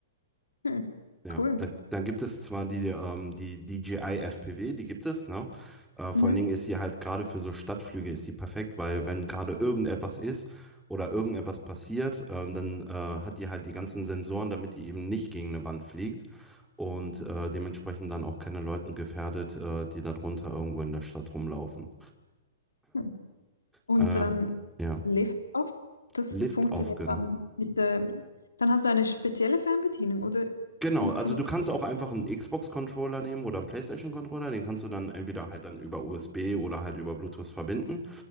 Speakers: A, on the left (about 85°); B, in the centre.
A: Hm.
B: Ja,
A: Cool.
B: dann, dann gibt es zwar die, ähm, die DJI FPV, die gibt es, ne? Äh, vor
A: Mhm.
B: allen Dingen ist sie halt gerade für so Stadtflüge ist die perfekt, weil wenn gerade irgendetwas ist oder irgendetwas passiert, ähm, dann äh, hat die halt die ganzen Sensoren, damit die eben nicht gegen eine Wand fliegt und äh, dementsprechend dann auch keine Leuten gefährdet, äh, die darunter irgendwo in der Stadt rumlaufen.
A: Hm. Und
B: Äh,
A: ähm,
B: ja,
A: Lift-Off, das
B: Liftoff,
A: funktioniert
B: genau.
A: dann mit der, dann hast du eine spezielle Fernbedienung, oder
B: Genau,
A: funktioniert
B: also du kannst auch einfach einen Xbox-Controller nehmen oder einen PlayStation-Controller, den kannst du dann entweder halt dann über USB oder halt über Bluetooth verbinden.